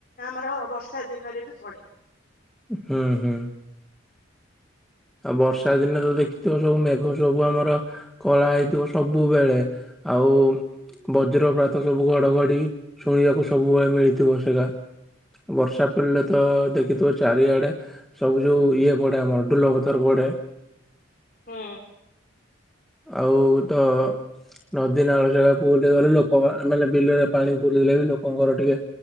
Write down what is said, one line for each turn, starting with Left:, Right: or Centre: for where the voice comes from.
Left: ଆମର ବର୍ଷା ଦିନରେ ବି ପଡେ।
Centre: ହୁଁ ହୁଁ। ଆଉ ବର୍ଷା ଦିନେ ତ ଦେଖିଥିବ ସବୁ ମେଘ ସବୁ ଆମର କଳା ହେଇଥିବ ସବୁବେଳେ। ଆଉ ବଜ୍ର ପ୍ରାତ ସବୁ ଘଡଘଡି ଶୁଣିବାକୁ ସବୁବେଳେ ମିଳିଥିବ ସେଟା। ବର୍ଷା। ପୁଲେ
Left: ହୁଁ।
Centre: ତ ଦେଖିଥିବ ଚାରିଆଡେ ସବୁ ଯୋଉ ଇଏ ପଡେ ଆମର ଡୋଲ ଭତର୍ ପଡେ।
Left: ହୁଁ।
Centre: ଆଉ ତ ନଦୀ ନାଳ ଜାଗାକୁ ବୁଲି ଗଲେ ଲୋକ ମା ମାନେ ବିଲେରେ ପାଣି ବୁଲିଲେ ବି ଲୋକଙ୍କର ଟିକେ